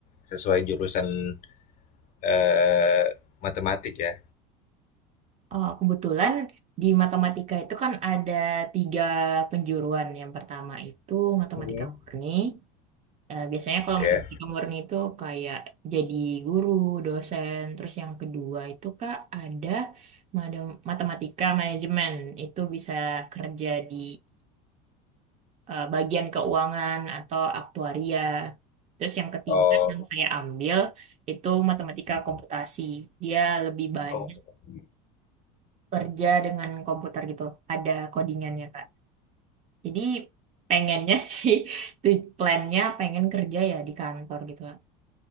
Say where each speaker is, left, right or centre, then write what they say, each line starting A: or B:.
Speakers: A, on the left; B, on the right.
A: Sesuai jurusan eh, matematik ya?
B: Oh, kebetulan di matematika itu kan ada tiga penjuruan. Yang pertama itu matematika
A: Mhm.
B: murni. Eh, biasanya kalau
A: Ya.
B: matematika
A: Yeah.
B: murni itu kayak jadi guru, dosen. Terus yang kedua itu Kak ada madam- matematika manajemen. Itu bisa kerja di eh, bagian keuangan atau aktuaria. Terus yang ketiga
A: Oh,
B: yang saya ambil itu matematika
A: hmm.
B: komputasi. Dia lebih banyak
A: oh komunikasi
B: kerja dengan komputer gitu. Ada codingannya, Kak. Jadi pengennya sih, <laughs> tu- plannya pengen kerja ya di kantor gitu, Kak.